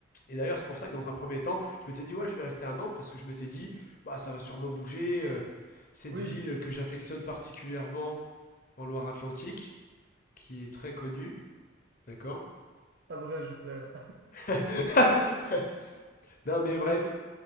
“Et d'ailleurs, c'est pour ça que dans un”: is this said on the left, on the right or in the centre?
Left